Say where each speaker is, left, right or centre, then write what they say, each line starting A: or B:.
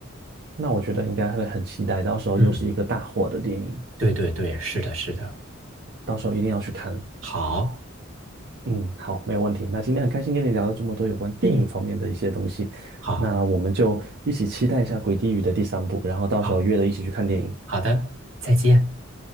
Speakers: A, on the right (about 55°); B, on the right (about 75°).
A: 那我觉得应该会很期待，到时候又是一个大火的电影。
B: 嗯，对对对，是的，是的。
A: 到时候一定要去看了
B: 好，
A: 嗯，好，没有问题。那今天很开心跟你聊了这么多有关电影方面的一些东西，
B: 嗯，好，
A: 那我们就一起期待一下《鬼地狱》的第三部，然后到时候约着一起去看电影。
B: 好，好的，再见。